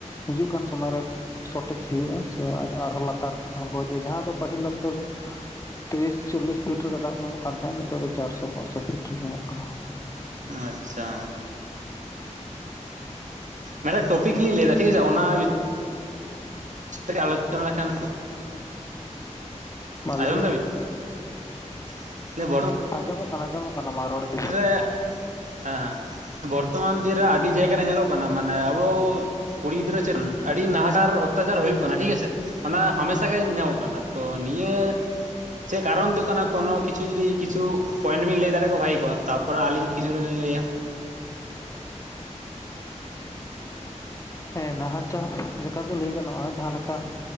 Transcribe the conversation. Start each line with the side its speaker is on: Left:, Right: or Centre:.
Left: ᱦᱤᱡᱩᱜ ᱠᱟᱱ ᱥᱚᱢᱚᱭ ᱨᱮ ᱥᱚᱴᱷᱤᱠ ᱦᱩᱭᱩᱜᱼᱟ ᱥᱮ ᱟᱨᱦᱚᱸ ᱞᱟᱛᱟᱨ ᱟᱬᱜᱚ ᱤᱫᱤᱜᱼᱟ ᱡᱟᱦᱟᱸ ᱫᱚ ᱯᱟᱹᱦᱤᱞ ᱚᱠᱛᱚ ᱫᱚ ᱛᱤᱨᱤᱥ ᱪᱚᱞᱞᱤᱥ ᱯᱷᱤᱴ ᱨᱮᱜᱮ ᱫᱟᱜ ᱧᱟᱢᱚᱜ ᱠᱟᱱ ᱛᱟᱦᱮᱸᱫ ᱱᱤᱛᱚᱜ ᱫᱚ ᱪᱟᱨᱥᱚ ᱯᱟᱸᱪᱥᱚ ᱯᱷᱤᱴ ᱨᱮ ᱧᱟᱢᱚᱜ ᱠᱟᱱᱟ
Right: ᱟᱪᱪᱷᱟ ᱢᱤᱫᱴᱟᱝ ᱴᱚᱯᱤᱠ ᱞᱤᱧ ᱞᱟᱹᱭ ᱫᱟ ᱴᱷᱤᱠ ᱟᱪᱷᱮ ᱚᱱᱟ ᱢᱤᱫᱜᱷᱹᱲᱤ ᱟᱞᱳᱪᱚᱱᱟ ᱞᱮᱠᱷᱟᱱ
Left: ᱢᱟ ᱞᱟᱹᱭ
Right: ᱟᱸᱡᱚᱢ
Left: ᱵᱤᱱ
Right: ᱫᱟᱵᱤᱱ <unintelligible>
Left: ᱟᱸᱧᱡᱚᱢᱚᱜ ᱠᱟᱱᱟ ᱟᱸᱧᱡᱚᱢᱚᱜ ᱠᱟᱱᱟ ᱢᱟ ᱨᱚᱲ ᱤᱫᱤ ᱵᱤᱱ
Right: ᱨᱮ ᱦᱮᱸ ᱵᱚᱨᱛᱚᱢᱟᱱ ᱫᱤᱱ ᱨᱮ ᱟᱹᱰᱤ ᱡᱟᱭᱜᱟ ᱨᱮ ᱧᱮᱞᱚᱜ ᱠᱟᱱᱟ ᱢᱟᱱᱮ ᱟᱵᱚᱼ- ᱠᱩᱲᱤ ᱜᱤᱫᱽᱨᱟᱹ ᱪᱮᱫ ᱟᱹᱰᱤ ᱱᱟᱦᱟᱪᱟᱨ ᱚᱛᱛᱟᱪᱟᱨ ᱦᱩᱭᱩᱜ ᱠᱟᱱᱟ ᱴᱷᱤᱠ ᱟᱪᱷᱮ ᱚᱱᱟ ᱦᱟᱢᱮᱥᱟ ᱜᱮ ᱧᱟᱢᱚᱜ ᱠᱟᱱᱟ ᱛᱚ ᱱᱤᱭᱟᱹ ᱪᱮᱫ ᱠᱟᱨᱚᱱ ᱫᱚ ᱠᱟᱱᱟ ᱠᱚᱱᱚ ᱠᱤᱪᱩ ᱡᱚᱫᱤ ᱠᱤᱪᱷᱩ ᱯᱚᱭᱮᱱᱴ ᱵᱤᱱ ᱞᱟᱹᱭ ᱫᱟᱲᱮ ᱠᱮᱭᱟ ᱵᱷᱟᱜᱮ ᱛᱟᱯᱚᱨ ᱟᱹᱞᱤᱧ ᱠᱤᱪᱷᱩᱴᱟ ᱞᱤᱧ ᱞᱟᱹᱭᱟ
Left: ᱦᱮᱸ ᱱᱟᱦᱟᱪᱟᱨ ᱞᱮᱠᱟ ᱫᱚ ᱞᱟᱹᱭ ᱜᱟᱱᱚᱜᱼᱟ ᱡᱟᱦᱟ ᱞᱮᱠᱟ